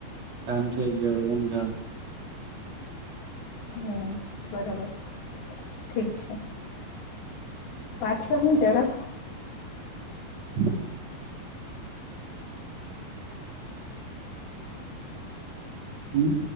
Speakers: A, on the right; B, on the left.
A: કામ થઈ ગયો હ થ
B: હમ બરાબર ઠીક છે વાત કરને જરાસ
A: <unintelligible> હમ